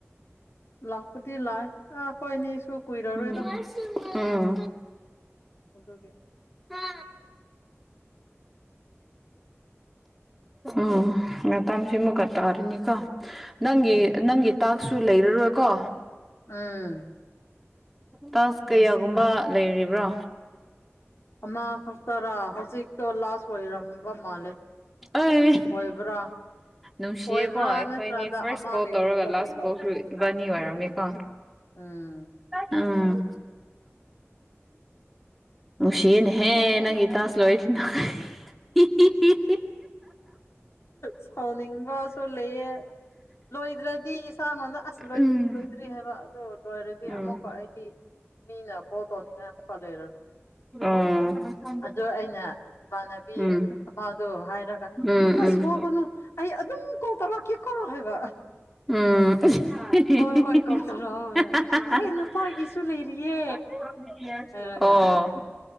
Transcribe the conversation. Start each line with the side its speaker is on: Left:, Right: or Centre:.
Left: ꯂꯥꯛꯄꯨꯗꯤ ꯂꯥꯛꯑꯦ ꯑꯥ ꯀꯣꯏꯅꯤꯁꯨ ꯀꯨꯏꯔꯔꯣꯏꯗ
Centre: ꯎꯝ ꯎꯝ
Left: <unintelligible>
Centre: ꯍꯥ ꯎꯝ ꯃꯇꯝ ꯁꯤꯃꯀ ꯇꯥꯔꯅꯤ ꯀꯣ ꯅꯪꯒꯤ
Left: ꯎꯝ
Centre: ꯅꯪꯒꯤ ꯇꯥꯛꯁꯨ ꯂꯩꯔꯔꯣꯏꯀꯣ
Left: ꯎꯝ
Centre: ꯇꯖ ꯀꯌꯥꯒꯨꯝꯕ
Left: ꯉꯁꯤ ꯑꯥ
Centre: ꯂꯩꯔꯤꯕ꯭ꯔꯣ
Left: ꯑꯃ ꯈꯛꯇꯔꯥ ꯍꯧꯖꯤꯛꯇꯣ ꯂꯥꯁ ꯑꯣꯏꯔꯝꯕ ꯃꯥꯜꯂꯦ
Centre: ꯑꯦ
Left: ꯑꯣꯏꯕ꯭ꯔꯥ
Centre: ꯅꯨꯡꯁꯤꯌꯦꯀꯣ
Left: ꯑꯣꯏꯕ꯭ꯔꯥ
Centre: ꯑꯩꯈꯣꯏꯅꯤ
Left: ꯅꯠꯇ꯭ꯔꯒ
Centre: ꯐꯥꯔꯁ꯭ꯠ
Left: ꯑꯃ
Centre: ꯀꯣꯜ
Left: ꯂꯩꯔꯤꯕ꯭ꯔꯥ
Centre: ꯇꯧꯔꯒ ꯂꯥꯁ
Left: ꯑꯩ ꯀꯥꯎꯈ꯭ꯔꯦ
Centre: ꯀꯣꯜꯁꯨ ꯏꯕꯥꯅꯤ ꯑꯣꯏꯔꯝꯃꯤꯀꯣ
Left: ꯎꯝ
Centre: ꯎꯝ ꯅꯨꯡꯁꯤꯌꯦꯅꯦꯍꯦ ꯅꯪꯒꯤ ꯇꯥꯛꯁ ꯂꯣꯏꯗꯤꯅꯤꯡꯉꯥꯏ ꯍꯤꯍꯤꯍꯤ
Left: ꯁꯥꯎꯅꯤꯡꯕꯁꯨ ꯂꯩꯌꯦ ꯂꯣꯏꯗ꯭ꯔꯗꯤ ꯏꯁꯥꯉꯣꯟꯗ ꯑꯁ ꯂꯣꯏꯗ꯭ꯔꯤ
Centre: ꯎꯝ
Left: ꯂꯣꯏꯗ꯭ꯔꯤ ꯍꯥꯏꯕ ꯑꯗꯨ ꯂꯣꯏꯔꯗꯤ
Centre: ꯎꯝ
Left: ꯑꯃꯨꯛꯀ ꯑꯩꯗꯤ ꯃꯤꯅ ꯀꯣꯜ ꯇꯧꯅꯤꯡꯉꯥꯏ ꯑꯃꯨꯛꯀ ꯂꯩꯔꯔꯣꯏ
Centre: ꯎꯝ
Left: ꯑꯗꯣ ꯑꯩꯅ ꯏꯃꯥꯟꯅꯕꯤ
Centre: ꯎꯝ
Left: ꯑꯃꯗꯣ ꯍꯥꯏꯔꯒ
Centre: ꯎꯝ
Left: ꯑꯁ ꯋꯥꯒꯅꯨ ꯑꯩ ꯑꯗꯨꯝ ꯀꯣꯜ ꯇꯧꯔꯛꯀꯦꯀꯣ ꯍꯥꯏꯕ
Centre: ꯎꯝ <unintelligible>
Left: ꯍꯣꯏ ꯍꯣꯏ ꯀꯣꯜ ꯇꯧꯔꯛꯑꯣ ꯑꯩ ꯅꯨꯄꯥꯒꯤꯁꯨ ꯂꯩꯔꯤꯌꯦ ꯍꯥꯏꯔꯒ
Centre: ꯑꯣ